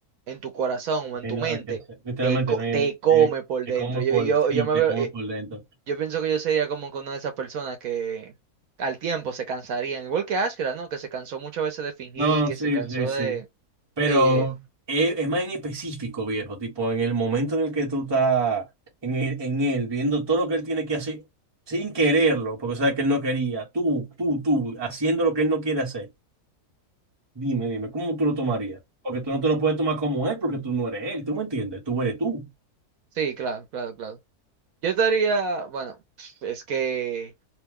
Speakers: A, on the right; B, on the right.
A: en tu corazón o
B: No
A: en
B: hay
A: tu
B: nada
A: mente,
B: que hacer. Literalmente
A: te, co-
B: no hay.
A: te come
B: eh,
A: por
B: te
A: dentro.
B: como
A: Yo,
B: por
A: yo,
B: sí,
A: yo me
B: te
A: veo,
B: como
A: eh,
B: por dentro.
A: yo pienso que yo sería como que una de esas personas que al tiempo se cansarían, igual que Ashkra, ¿no? Que se cansó muchas veces de fingir,
B: No,
A: que
B: sí,
A: se cansó
B: sí, sí.
A: de...
B: Pero
A: Sí,
B: es, es más en específico, viejo, tipo en el momento en el que tú estás en él, en él, viendo todo lo que él tiene que hacer sin quererlo, porque sabes que él no quería, tú, tú, tú, haciendo lo que él no quiere hacer. Dime, dime, ¿cómo tú lo tomarías? Porque tú no te lo puedes tomar como él, porque tú no eres él, ¿tú me entiendes? Tú eres tú.
A: sí, claro, claro, claro. Yo estaría, bueno, <sniffs> es que